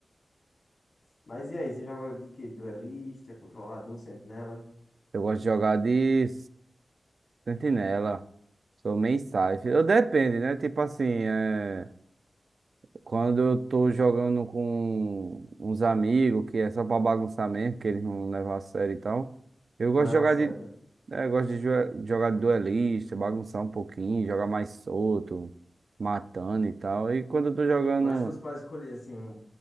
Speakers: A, on the left; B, on the right.
A: Mas e aí, você joga de quê? Duelista, controlador, sentinela?
B: eu gosto de jogar de sentinela. Sou main safe. Eu depende, né? Tipo assim, é. Quando eu tô jogando com uns amigos, que é só pra bagunçar mesmo, que eles não levam a sério e tal, eu gosto
A: Não leva
B: de jogar
A: a sério,
B: de.
A: né?
B: É, eu gosto de jo- jogar de duelista, bagunçar um pouquinho, jogar mais solto, matando e tal. E quando eu tô jogando
A: Mas se fosse pra escolher, assim, um,